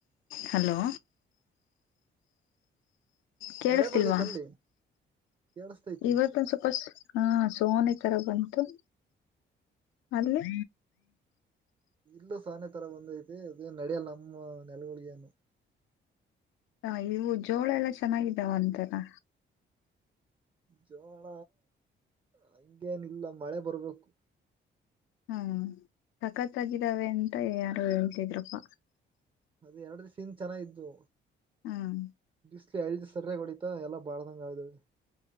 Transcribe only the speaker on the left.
ಹಲೋ, ಕೇಳಸ್ತಿಲ್ವಾ,
ಇವತ್ತ ಒಂದ ಸ್ವಲ್ಪ ಹಾ ಸೋನೆ ತರ ಬಂತು. ಅಲ್ಲಿ,
ಹ ಇವು ಜೋಳ ಎಲ್ಲಾ ಚೆನ್ನಾಗಿದ್ದಾವ ಅಂತಲ.
ಹ್ಮ ಸಖತ್ತಾಗಿದ್ದಾವೆ ಅಂತ ಯಾರು ಹೇಳ್ತಿದ್ರಪ್ಪಾ,
ಹ್ಮ.